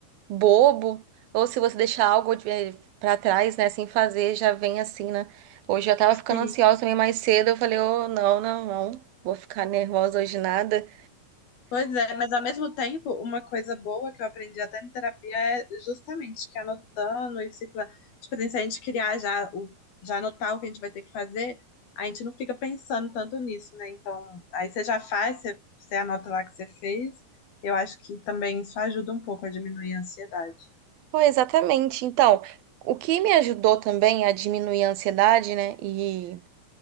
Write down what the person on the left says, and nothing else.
Sim.
Pois é, mas ao mesmo tempo, uma coisa boa que eu aprendi até em terapia é justamente que anotando e se plan... tipo, assim, se a gente criar já o já anotar o que a gente vai ter que fazer, a gente não fica pensando tanto nisso, né? Então, aí você já faz, você, você anota lá o que você fez. Eu acho que também isso ajuda um pouco a diminuir a ansiedade.